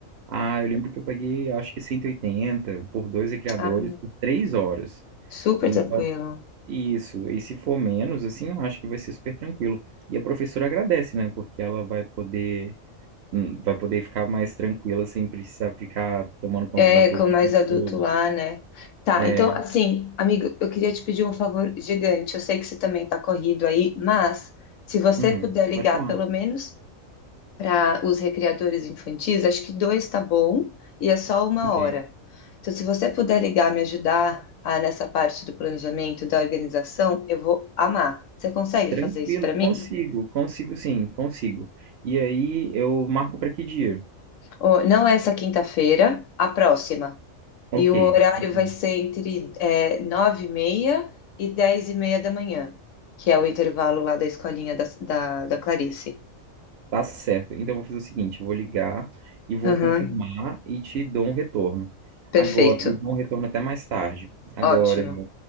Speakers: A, on the right; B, on the left.
A: Ah, eu lembro que eu paguei, acho que 180 por dois criadores
B: Ah,
A: por três horas.
B: super
A: Então,
B: tranquilo.
A: isso. E se for menos, assim, eu acho que vai ser super tranquilo. E a professora agradece, né? Porque ela vai poder, hum, vai poder ficar mais tranquila sem precisar ficar tomando conta
B: É,
A: da turma
B: com
A: o
B: mais
A: tempo
B: adulto
A: todo.
B: lá, né? Tá,
A: É,
B: então, assim, amigo, eu queria te pedir um favor gigante. Eu sei que você também tá corrido aí, mas se você
A: Hum,
B: puder ligar
A: pode falar.
B: pelo menos para os recreadores infantis, acho que dois tá bom e é só uma
A: Ok.
B: hora. Então, se você puder ligar, me ajudar ah, nessa parte do planejamento, da organização, eu vou amar. Você consegue
A: Tranquilo,
B: fazer isso para
A: consigo,
B: mim?
A: consigo sim, consigo. E aí eu marco para que dia?
B: Ó, não é essa quinta-feira, a próxima.
A: Ok,
B: E o horário
A: ok.
B: vai ser entre é, 9h30 e meia e dez e meia da manhã, que é o intervalo lá da escolinha da, da, da Clarice.
A: tá certo. Então eu vou fazer o seguinte, eu vou ligar e vou
B: Aham,
A: confirmar e te dou um retorno.
B: Perfeito.
A: Agora, e dou um retorno até mais tarde. Agora,
B: Ótimo.